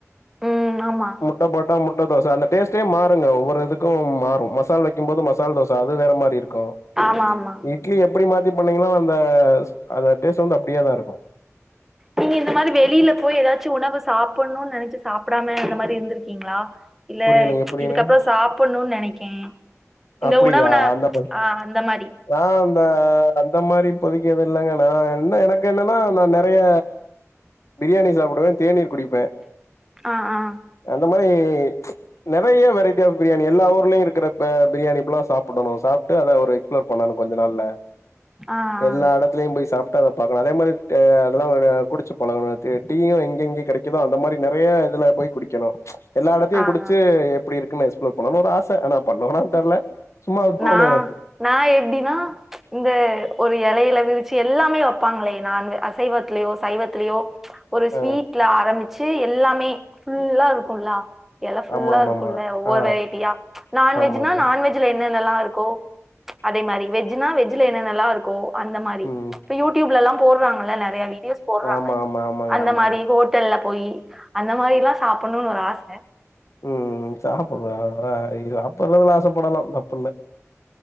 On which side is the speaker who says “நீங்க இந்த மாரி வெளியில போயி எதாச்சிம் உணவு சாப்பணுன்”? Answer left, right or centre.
Centre